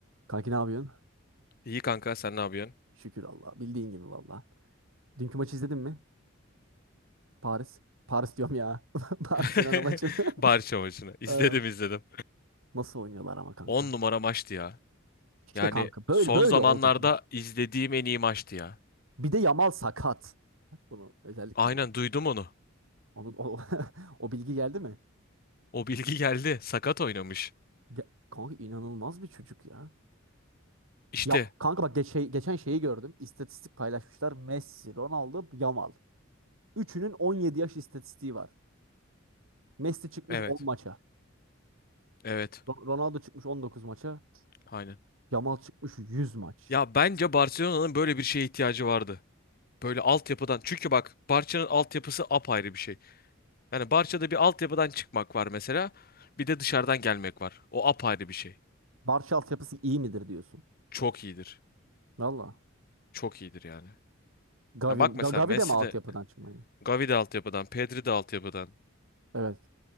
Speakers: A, on the right; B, on the left.
A: Kanki ne yapıyorsun?
B: İyi kanka sen ne yapıyorsun?
A: Şükür Allah. Bildiğin gibi valla. Dünkü maçı izledin mi? Paris. Paris diyorum ya. <laughs> Barcelona
B: <laughs>
A: maçını.
B: Barış
A: <laughs>
B: maçını. İzledim
A: Aynen.
B: izledim.
A: Nasıl oynuyorlar ama kanka?
B: 10 numara maçtı ya.
A: İşte
B: Yani
A: kanka böyle
B: son
A: böyle
B: zamanlarda
A: olacaklar.
B: izlediğim en iyi maçtı ya.
A: Bir de Yamal sakat. Bak bunu özellikle
B: Aynen
A: benim.
B: duydum onu.
A: Onu, o, <laughs> o bilgi geldi mi?
B: O bilgi geldi. Sakat oynamış.
A: Ge- kanka inanılmaz bir çocuk ya.
B: İşte.
A: Ya kanka bak geç, şey- geçen şeyi gördüm. İstatistik paylaşmışlar. Messi, Ronaldo, Yamal. Üçünün 17 yaş istatistiği var. Messi çıkmış
B: Evet.
A: 10 maça.
B: Evet.
A: Ro- Ronaldo çıkmış 19 maça.
B: Aynen.
A: Yamal çıkmış 100 maç.
B: Ya bence Barcelona'nın böyle bir şeye ihtiyacı vardı. Böyle altyapıdan. Çünkü bak Barça'nın altyapısı apayrı bir şey. Yani Barça'da bir altyapıdan çıkmak var mesela. Bir de dışarıdan gelmek var. O apayrı bir şey.
A: Barça altyapısı iyi midir diyorsun?
B: Çok iyidir.
A: Valla.
B: Çok iyidir yani.
A: Gavi,
B: Ya bak mesela
A: Ga- Gavi
B: Messi
A: de mi altyapıdan
B: de
A: çıkmadı?
B: Gavi de altyapıdan, Pedri de altyapıdan.
A: Evet.